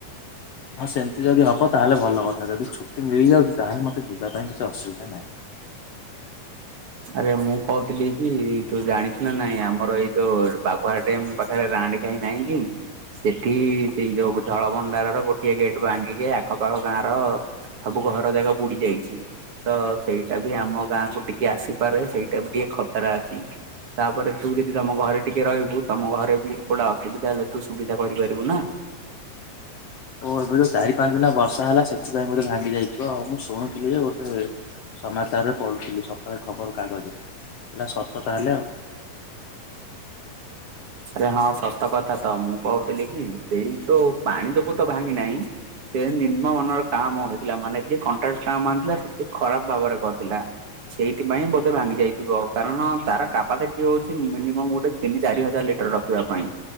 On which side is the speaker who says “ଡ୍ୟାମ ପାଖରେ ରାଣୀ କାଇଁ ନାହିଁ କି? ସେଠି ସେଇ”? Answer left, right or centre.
Right